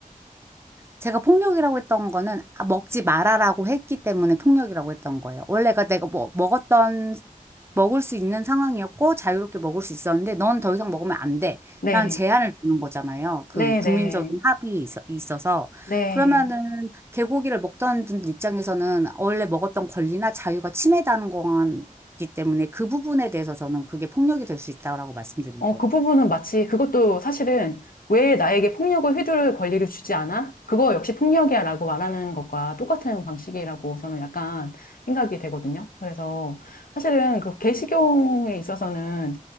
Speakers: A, on the right; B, on the left.
A: 제가 폭력이라고 했던 거는 아, 먹지 말아라고 했기 때문에 폭력이라고 했던 거예요. 원래가 내가 뭐, 먹었던, 먹을 수 있는 상황이었고 자유롭게 먹을 수 있었는데 넌 더 이상 먹으면 안 돼.
B: 네,
A: 라는 제한을 주는 거잖아요. 그
B: 네,
A: 국민적인
B: 네,
A: 합의에 있어, 있어서.
B: 네.
A: 그러면은 개고기를 먹던 분 입장에서는 원래 먹었던 권리나 자유가 침해되는 거기 때문에 그 부분에 대해서 저는 그게 폭력이 될 수 있다고 말씀드린
B: 어,
A: 거예요.
B: 그 부분은 마치 그것도 사실은 왜 나에게 폭력을 휘두를 권리를 주지 않아? 그거 역시 폭력이야 라고 말하는 것과 똑같은 방식이라고 저는 약간 생각이 되거든요. 그래서 사실은 그 개식용에 있어서는